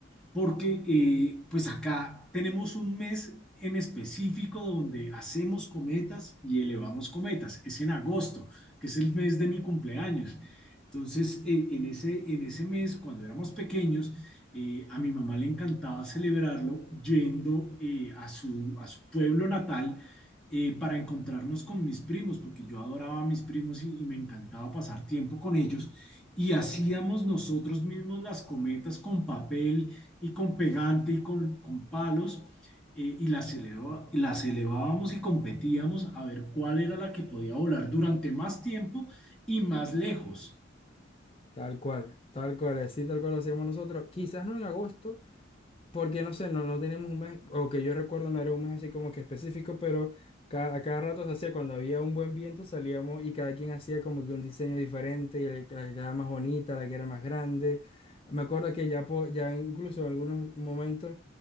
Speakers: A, in the centre; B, on the left.
A: porque eh, pues acá tenemos un mes en específico donde hacemos cometas y elevamos cometas. Es en agosto, que es el mes de mi cumpleaños. Entonces, eh, en ese, en ese mes, cuando éramos pequeños, eh, a mi mamá le encantaba celebrarlo yendo eh, a su, a su pueblo natal eh, para encontrarnos con mis primos, porque yo adoraba a mis primos y, y me encantaba pasar tiempo con ellos. Y hacíamos nosotros mismos las cometas con papel y con pegante y con, con palos eh, y las, eleva- y las elevábamos y competíamos a ver cuál era la que podía volar durante más tiempo y más lejos.
B: Tal cual, tal cual, así tal cual lo hacíamos nosotros. Quizás no en agosto, porque no sé, no, no tenemos un mes, o que yo recuerdo no era un mes así como que específico, pero ca- a cada rato se hacía cuando había un buen viento, salíamos y cada quien hacía como que un diseño diferente, y el- la que era más bonita, la que era más grande. Me acuerdo que ya, po- ya incluso en algunos momentos,